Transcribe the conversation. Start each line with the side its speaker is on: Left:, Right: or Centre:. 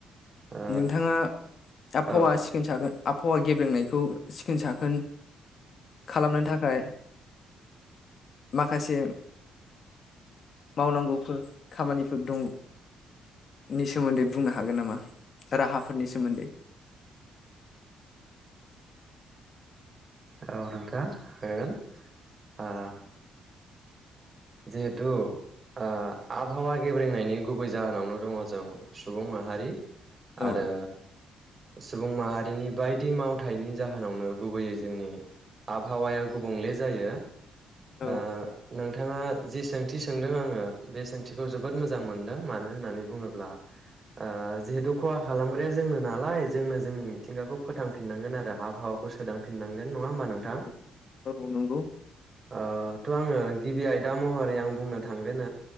Right: ओ
Left: नोंथाङा आबहावा
Right: औ
Left: सिखोन साखोन आबहावा गेब्रेंनायखौ सिखोन-साखोन खालामनो थाखाय माखासे मावनांगौफोर खामानिफोर दं नि सोमोन्दै बुंनो हागोन नामा? राहाफोरनि सोमोन्दै।
Right: औ नोंथां होगोन आ जिहेथु आ आबहावा गेब्रेंनायनि गुबै जाहोनावनो दङ जों सुबुं माहारि
Left: औ
Right: आरो सुबुं माहारिनि बायदि मावथायाइनि जाहोनावनो गुबैयै जोंनि आबहावाया गुबुंले जायो।
Left: औ
Right: आ नों नोंथाङा जि सोंथि सोंदों आङो बे सोंथिखौ जोबोद मोजां मोनदों मानो होननानै बुङोब्ला ओ जिहेथु खहा खालामग्राया जोंनो नालाय, जोंनो जोंनि मिथिंगाखौ फोथांफिननांगोन आरो आबहावाखौ सोदांफिननांगोन। नङा होमबा नोंथां
Left: औ, औ नंगौ।
Right: ओ त' आङो गिबि आयदा महरै आं बुंनो थांगोन,